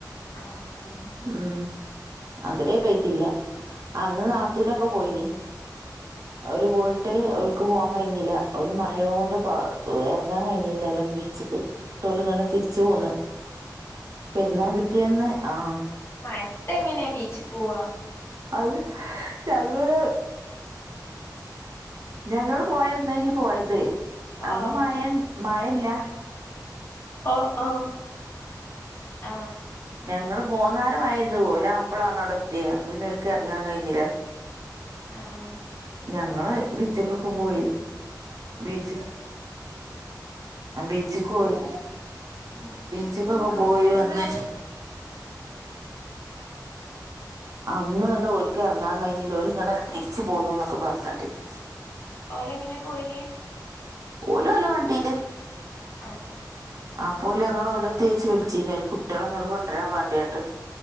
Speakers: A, on the left (about 35°); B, on the right (about 50°).
A: ആഹ് ആഹ്
B: ഉം അത്വരെ പെയ്തില്ല അന്ന് നാത്തൂനൊക്കെ പോയിനി ഓല് പോയിട്ട് ഓല്ക്ക് പോവാാൻ കഴിഞ്ഞില്ല ഓല് മഴയോണ്ട് ഇപ്പൊ ഇറങ്ങാൻ കഴിഞ്ഞില്ലല്ലോ ബീച്ചക്ക് ഇന്നിട്ട് ഓല് തിരിച്ചു പോന്ന് പെരുന്നാൾ പിറ്റേന്ന് ആഹ്
A: മഴത്തെങ്ങനെ ബീച്ചിക് പോവാ
B: അത് ഞങ്ങള് ഞങ്ങൾ പോയന്നേനു പോയത് അന്ന്
A: ആഹ്
B: മഴ മഴല്ല
A: ഓ ഓ ആഹ്
B: ഞങ്ങൾ പോന്നാരം മഴ പെയ്തത് ഓല് ആപ്പളാണ്‌ അവുടെത്തെ അവുടെത്തിയെ അപ്പൊ പിന്നെ ഓല്ക് ഇറങ്ങാൻ കഴിഞ്ഞില്ല
A: ആഹ്
B: ഞങ്ങള് ബീച്ച്ക്കൊക്കെ പോയി ബീച്ച് ബീച്ചിൽക്കോയി
A: ഉം
B: ബീച്ച്ക്കൊക്കെ പോയി വന്ന് അന്ന് ഇന്നിട്ട് ഓല്ക്ക് ഇറങ്ങാൻ കഴിഞ്ഞില്ല ഓല് ഇങ്ങട്ടന്നെ തിരിച്ചു പോന്നു എന്നൊക്കെ പറഞ്ഞ കേട്ടിന്
A: ഓലെങ്ങനെ പോയിനെ
B: ഓലോലേ വണ്ടീയില്
A: ആഹ്
B: അപ്പോ ഓല് ഞങ്ങൾ എവിടെത്തി ചോയ്ച്ചു വിളിച്ചനി അയില് കുട്ട്യാളെ ഇങ്ങോട്ട കൊണ്ടുവരാൻ വണ്ടിയിട്ട്